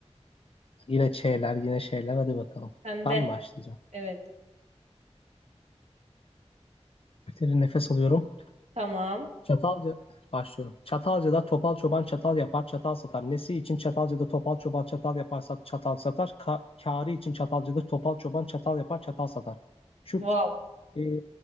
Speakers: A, on the left (about 55°); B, on the right (about 70°).
A: Yine şeyler yine şeyler hadi bakalım.
B: Sende.
A: Ben mi başlayacağım?
B: Evet.
A: Bir kere nefes alıyorum.
B: Tamam.
A: Çatalca başlıyorum. Çatalca'da topal çoban çatal yapar, çatal satar. Nesi için Çatalca'da topal çoban çatal yapar, sat, çatal satar. Ka kârı için Çatalca'da topal çoban çatal yapar, çatal satar. Şu
B: Wow.
A: e,